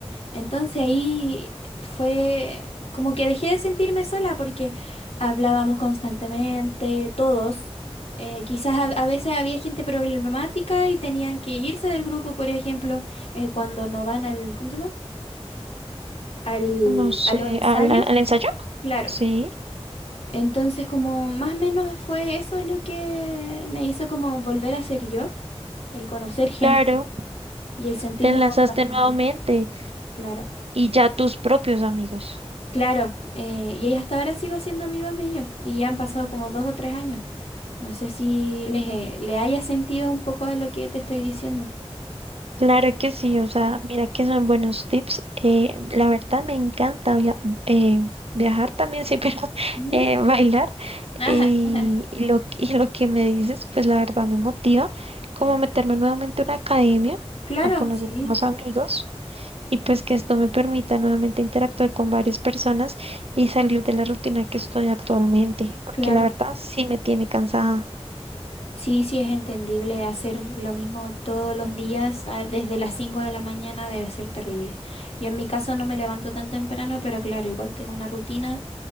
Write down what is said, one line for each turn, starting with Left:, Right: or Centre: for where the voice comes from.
Left: Entonces ahí fue como que dejé de sentirme sola porque hablábamos constantemente, todos. Eh, quizás a, a veces había gente problemática y tenían que irse del grupo, por ejemplo, eh, cuando no van al, ¿cómo se llama? Al,
Right: No sé,
Left: a los ensayos.
Right: ¿al, al ensayo?
Left: Claro.
Right: Sí,
Left: Entonces como más o menos fue eso lo que me hizo como volver a ser yo, el conocer gente.
Right: claro.
Left: Y el sentirme
Right: Te enlazaste
Left: acompañada,
Right: nuevamente
Left: claro.
Right: y ya tus propios amigos.
Left: Claro, eh, y ahí hasta ahora sigo siendo amigos de ellos y ya han pasado como dos o tres años. No sé si les, eh, le haya sentido un poco de lo que te estoy diciendo.
Right: Claro que sí, o sea, mira que son buenos tips. eh, la verdad me encanta via- eh, viajar también, sí, <laughs> pero
Left: Mm,
Right: eh, bailar.
Left: ajá,
Right: eh,
Left: <laughs>
Right: y lo, y lo que me dices, pues la verdad me motiva como meterme nuevamente a una academia,
Left: Claro,
Right: a conocer
Left: Sí,
Right: nuevos amigos y pues que esto me permita nuevamente interactuar con varias personas y salir de la rutina que estoy actualmente, porque
Left: claro.
Right: la verdad sí me tiene cansada.
Left: Sí, sí es entendible hacer lo mismo todos los días ah, desde las 5 de la mañana debe ser terrible. Yo en mi caso no me levanto tan temprano, pero claro, igual tengo una rutina